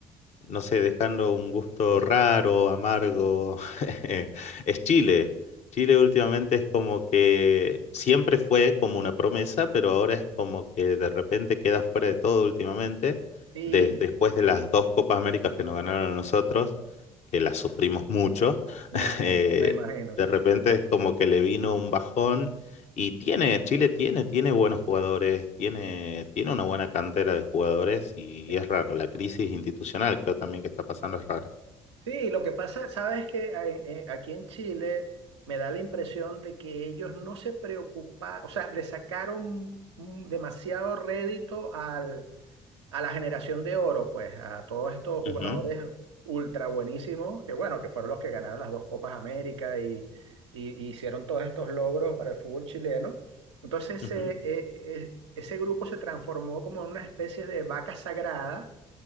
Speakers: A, on the left; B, on the right.
A: no sé, dejando un gusto raro, amargo. <laughs> Es Chile. Chile últimamente es como que siempre fue como una promesa, pero ahora es como que de repente queda fuera de todo últimamente,
B: Sí,
A: de- después de las dos Copas Américas que nos ganaron a nosotros, que las sufrimos mucho.
B: Me
A: <laughs>
B: imagino,
A: eh,
B: me imagino,
A: de
B: sí.
A: repente es como que le vino un bajón y tiene, Chile tiene, tiene buenos jugadores, tiene, tiene una buena cantera de jugadores y
B: Sí,
A: es raro. La crisis institucional creo también que está pasando es rara.
B: Sí, lo que pasa, sabes que a- en- eh, aquí en Chile me da la impresión de que ellos no se preocuparon, o sea, le sacaron mm, demasiado rédito al, a la generación de oro, pues, a todos estos jugadores
A: Ujú,
B: ultra buenísimos, que bueno, que fueron los que ganaron las dos Copas América y, y- y hicieron todos estos logros para el fútbol chileno. Entonces,
A: ujú,
B: eh, eh, eh, ese grupo se transformó como en una especie de vaca sagrada